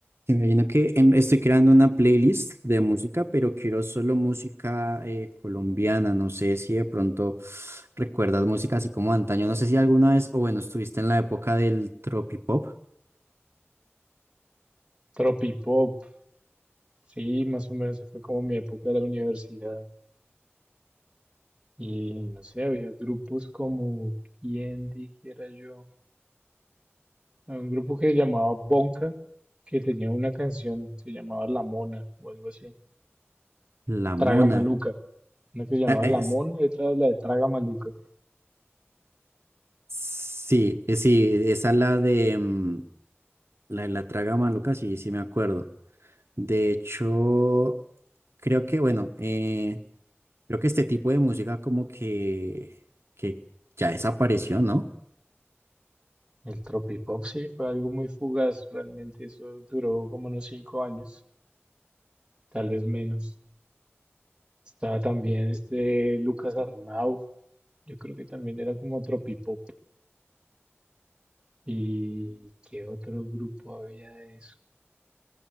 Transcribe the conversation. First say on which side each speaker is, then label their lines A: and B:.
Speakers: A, on the right; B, on the right.
A: Sí, me imagino que en- estoy creando una playlist de música, pero quiero solo música eh, colombiana. No sé si de pronto recuerdas música así como antaño. No sé si alguna vez, o bueno, estuviste en la época del tropipop,
B: Tropipop, sí, más o menos fue como mi época de la universidad. Y no sé, había grupos como, ¿quién dijera yo? Había Un grupo que se llamaba Bonka, que tenía una canción, se llamaba La Mona o algo así.
A: La Mona.
B: Traga Maluca, una que se llamaba
A: Ah, eh,
B: La
A: es-
B: Mona y otra la de Traga Maluca.
A: sí, eh, sí, esa la de mm, la de la traga maluca, sí, sí me acuerdo. De hecho, creo que, bueno, eh, creo que este tipo de música como que, que ya desapareció, ¿no?
B: El Tropipop sí fue algo muy fugaz, realmente eso duró como unos cinco años, tal vez menos. Estaba también este Lucas Arnau, yo creo que también era como Tropipop. ¿Y qué otro grupo había de eso?